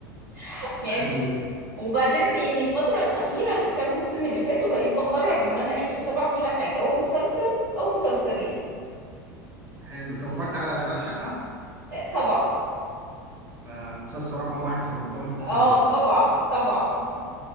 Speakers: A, on the right; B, on the right.
A: <laughs> يعني
B: حلو جدا
A: وبعدين يعني الفترة الأخيرة الكام موسم اللي فاتوا بقيت بقرر إن أنا إيه مش هتابع كل حاجة هو مسلسل أو مسلسلين
B: حلو طب اتفرجت على اشغال شقه
A: آه، طبعا
B: ده مسلسل رقم واحد في رمضان في الكوميديا
A: اه طبعا
B: الصراحه
A: طبعا